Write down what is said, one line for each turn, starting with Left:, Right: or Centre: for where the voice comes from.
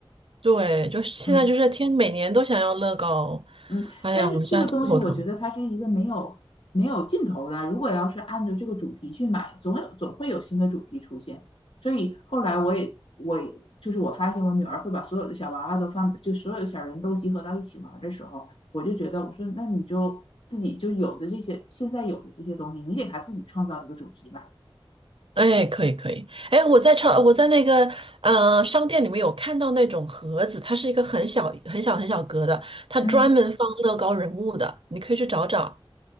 Right: 对，就是现在就是天每年都想要乐高。
Left: 嗯。嗯，
Right: 哎呀，
Left: 但是这个东西我觉得它是一个没有没有尽头的。
Right: 我现在真头疼。
Left: 如果要是按照这个主题去买，总有总会有新的主题出现。所以后来我也我也就是我发现我女儿会把所有的小娃娃都放，就所有的小人都集合到一起玩的时候，我就觉得我说那你就自己就有的这些现在有的这些东西，你给她自己创造一个主题吧。
Right: 哎，可以可以。哎，我在超我在那个呃商店里面有看到那种盒子，它是一个很小很小很小格的，它专门放乐高人物的，
Left: 嗯，
Right: 你可以去找找。